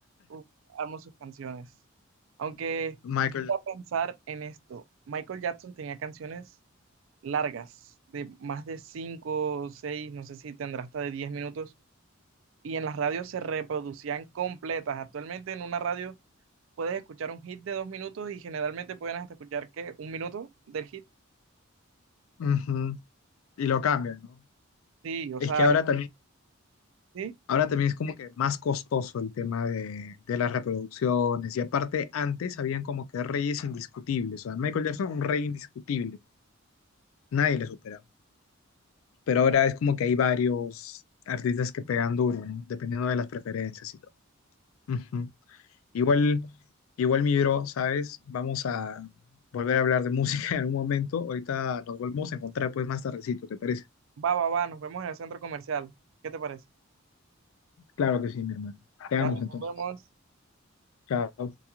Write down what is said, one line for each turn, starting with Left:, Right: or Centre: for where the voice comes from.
Right: uf, amo sus canciones. Aunque,
Left: Michael.
Right: voy a pensar en esto, Michael Jackson tenía canciones largas, de más de 5, 6, no sé si tendrá hasta de 10 minutos, y en las radios se reproducían completas. Actualmente en una radio puedes escuchar un hit de dos minutos y generalmente pueden hasta escuchar que un minuto del hit.
Left: Ujú, Y lo cambian, ¿no?
Right: Sí, o
Left: Es
Right: sea,
Left: que ahora también,
Right: sí,
Left: ahora también es como que más costoso el tema de, de las reproducciones. Y aparte, antes habían como que reyes indiscutibles. O sea, Michael Jackson, un rey indiscutible. Nadie le superaba. pero ahora es como que hay varios artistas que pegan duro, ¿no? Dependiendo de las preferencias y todo. Ujú. Igual, igual mi bro, ¿sabes? Vamos a volver a hablar de música <laughs> en algún momento. Ahorita nos volvemos a encontrar pues más tardecito, ¿te parece?
Right: Va, va, va, nos vemos en el centro comercial. ¿Qué te parece?
Left: Claro que sí, mi hermano. Te
Right: Dale,
Left: amo entonces.
Right: nos vemos.
Left: Chao.